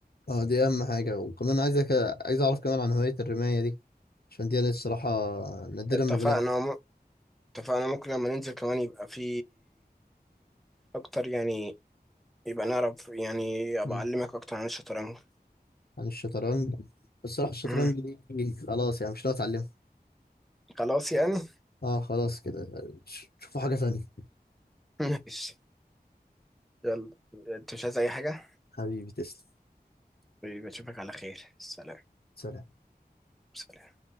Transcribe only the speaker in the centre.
اتفقنا
اتفقنا ممكن لما ننزل كمان يبقى في اكتر يعني يبقى نعرف يعني ابقى
اعلمك اكتر عن الشطرنج
مهم.
خلاص يعني <laughs>
ماشي يلا انت مش عايز اي حاجة
بشوفك على خير سلام
سلام